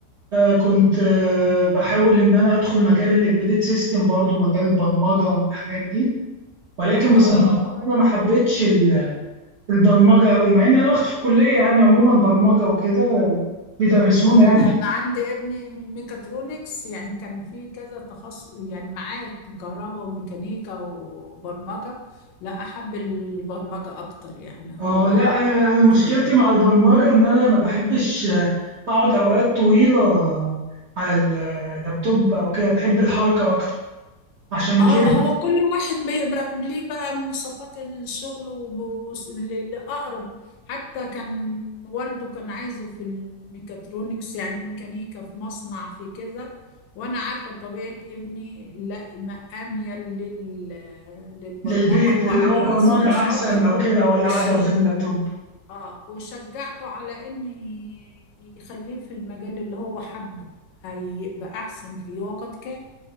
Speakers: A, on the right; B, on the left.
A: آه، كنت آه، بحاول إن أنا أدخل مجال الإمبيدد سيستم برضو مجال البرمجة والحاجات دي ولكن
B: آه.
A: بصراحة أنا ما حبيتش ال- البرمجة أوي مع إن أنا واخد في الكلية يعني عموما برمجة وكده بيدرسونا
B: لا،
A: يعني
B: انا عندي ابني من ميكاترونكس يعني كان في كذا تخصص يعني معاه كهرباء وميكانيكا وبرمجة لا احب البرمجة اكتر يعني
A: اه
B: هو
A: لا أنا أنا مشكلتي
B: شغال
A: مع البرمجة إن أنا ما بحبش آه، أقعد أوقات طويلة على ال- اللابتوب أو كده بحب الحركة أكتر عشان
B: اه
A: كده
B: هو كل واحد بيبقى ليه بقى مواصفات الشغل والأقرب حتى كان والده كان عايزه في الميكاترونكس يعني ميكانيكا في مصنع في كذا وانا عارفة طبيعة ابني لا ما اميل لل... للبرمجة
A: للبيت
B: هو
A: اللي
B: عايز
A: هو برمجة
B: وشاطر
A: أحسن أو كده أو القعدة
B: وش...
A: قدام اللابتوب
B: اه وشجعته على ان يخليه في المجال اللي هو حبه هيبقى احسن فيه وقد كان